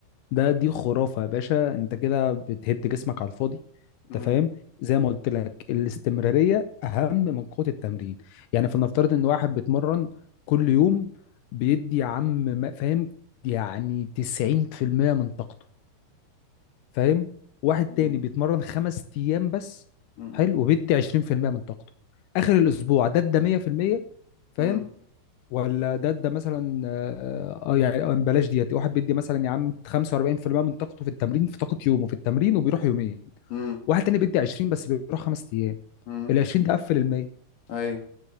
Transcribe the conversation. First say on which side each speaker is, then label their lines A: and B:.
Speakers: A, on the left; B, on the left.
A: ده دي خرافة يا باشا انت كده بتهد جسمك على الفاضي انت
B: مم.
A: فاهم زي ما قلت لك الاستمرارية اهم من قوة التمرين يعني فلنفترض ان واحد بيتمرن كل يوم بيدي يا عم ما- فاهم يعني 90% من طاقته فاهم واحد تاني
B: مم.
A: بيتمرن خمس ايام بس
B: مم.
A: حلو وبيدي 20% من طاقته اخر الاسبوع ده ادى 100% فاهم
B: مم.
A: ولا ده ده مثلا اه آه، يعني آه، بلاش ديت واحد بيدي مثلا يا عم 45% من طاقته في التمرين في طاقة يومه في التمرين وبيروح يومين
B: مم.
A: واحد تاني بيدي 20 بس بيروح خمس ايام
B: مم.
A: ال 20 ده قفل ال 100
B: ايوه